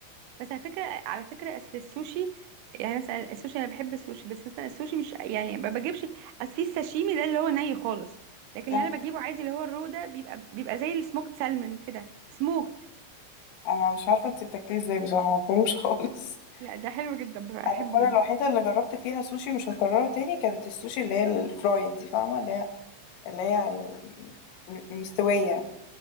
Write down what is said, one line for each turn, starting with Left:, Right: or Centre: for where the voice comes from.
Right: بس على فكرة على فكرة أصل السوشي يعني مثلا السوشي أنا بحب السوشي بس مثلا السوشي مش يعني ما بجيبش أصل في الساشيمي ده اللي هو ني خالص لكن
Left: لا
Right: اللي أنا بجيبه عادي اللي هو الرو ده بيبقى بيبقى زي السموكت سالمون كده سموكت
Left: انا مش عارفه انت بتاكليه ازاي بصراحه ما باكلوش خالص
Right: لا ده حلو جدا
Left: <laughs>
Right: بس أنا
Left: انا
Right: بحبه
Left: المره
Right: جدا
Left: الوحيده اللي جربت فيها سوشي مش هكررها تاني كانت السوشي اللي هي الفرايد دي فاهمه اللي هي اللي هي ال- م- مستويه